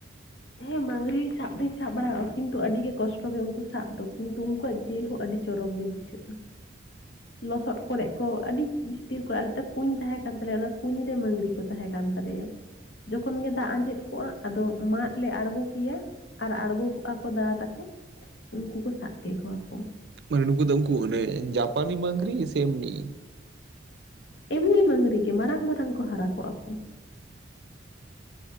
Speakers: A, on the left; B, on the right.
A: ᱦᱮᱸ ᱢᱟᱹᱝᱜᱽᱨᱤ ᱥᱟᱵ ᱫᱚᱧ ᱥᱟᱵ ᱵᱟᱲᱟᱣ ᱠᱟᱜ ᱠᱚᱣᱟ ᱠᱤᱱᱛᱩ ᱟᱹᱰᱤ ᱜᱮ ᱠᱚᱥᱴᱚ ᱜᱮ ᱩᱱᱠᱩ ᱥᱟᱵ ᱫᱚ ᱠᱤᱱᱛᱩ ᱩᱱᱠᱩᱣᱟᱜ ᱡᱟᱼᱼ ᱡᱤᱞ ᱦᱚᱸ ᱟᱹᱰᱤ ᱪᱚᱨᱚᱠ ᱜᱮ ᱵᱩᱡᱷᱟᱹᱜ-ᱟ᱾ ᱞᱚᱥᱚᱫ ᱠᱚᱨᱮᱜ ᱠᱚ ᱟᱹᱰᱤ ᱵᱷᱤᱛᱤᱨ ᱠᱚᱨᱮ ᱟᱞᱮ ᱫᱚ ᱢᱤᱫᱴᱮᱱ ᱠᱩᱧ ᱛᱟᱦᱮᱸ ᱠᱟᱱ ᱛᱟᱞᱮᱭᱟ ᱚᱱᱟ ᱠᱩᱧ ᱨᱮ ᱢᱟᱹᱝᱜᱽᱨᱤ ᱠᱚ ᱛᱟᱦᱮᱸ ᱠᱟᱱ ᱛᱟᱞᱮᱭᱟ᱾ ᱡᱚᱠᱷᱚᱱ ᱜᱮ ᱫᱟᱜ ᱟᱸᱡᱮᱫ ᱠᱚᱜ-ᱟ ᱟᱫᱚ ᱢᱟᱫᱼᱼ ᱞᱮ ᱟᱬᱜᱩ ᱠᱮᱭᱟ ᱟᱨ ᱟᱬᱜᱩ ᱟᱠᱚ ᱫᱟᱫᱟ ᱛᱟᱠᱚ ᱩᱱᱠᱩ ᱠᱚ ᱥᱟᱵ ᱠᱮᱠᱚᱣᱟ ᱠᱚ᱾
B: ᱢᱟᱱᱮ ᱱᱩᱠᱩ ᱫᱚ ᱩᱱᱠᱩ ᱚᱱᱮ ᱡᱟᱯᱟᱱᱤ ᱢᱟᱹᱝᱜᱽᱨᱤ ᱥᱮ ᱮᱢᱱᱤ᱾
A: ᱮᱢᱱᱤ ᱢᱟᱹᱝᱜᱽᱨᱤ ᱜᱮ ᱢᱟᱨᱟᱝ ᱢᱟᱨᱟᱝ ᱠᱚ ᱦᱟᱨᱟ ᱠᱚᱜ-ᱟ ᱠᱚ᱾